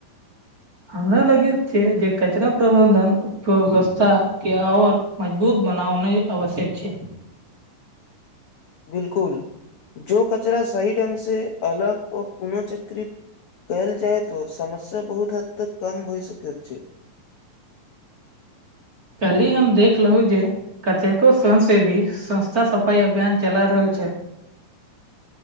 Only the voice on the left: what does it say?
बिलकुल जो कचरा सही ढंग से अलग ओ पुनःचक्रित कयल जाय तो समस्या बहुत हद तक कम भय सकैत छै